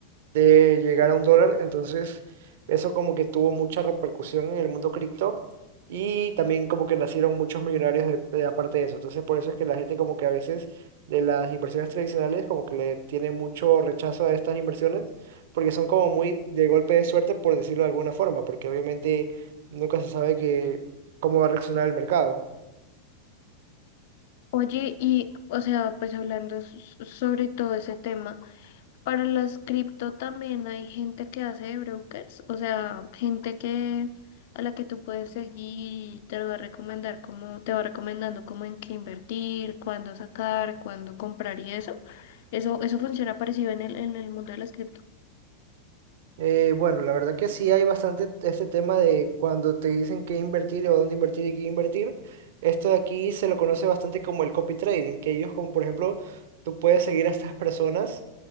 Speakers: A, on the right; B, on the left.
A: de llegar a un dólar. Entonces, eso como que tuvo mucha repercusión en el mundo cripto y también como que nacieron muchos millonarios de, de aparte de eso. Entonces, por eso es que la gente como que a veces de las inversiones tradicionales como que le tiene mucho rechazo a estas inversiones porque son como muy de golpe de suerte, por decirlo de alguna forma, porque obviamente nunca se sabe que, cómo va a reaccionar el mercado.
B: Oye, y o sea, pues hablando s- sobre todo ese tema. Para las cripto también hay gente que hace de brokers, o sea, gente que a la que tú puedes seguir y te lo va a recomendar como, te va recomendando cómo en qué invertir, cuándo sacar, cuándo comprar y eso. Eso, eso funciona parecido en el, en el mundo de las cripto.
A: Eh, bueno, la verdad que sí hay bastante este tema de cuando te dicen qué invertir o dónde invertir y qué invertir. Esto de aquí se lo conoce bastante como el copy trading, que ellos como por ejemplo, tú puedes seguir a estas personas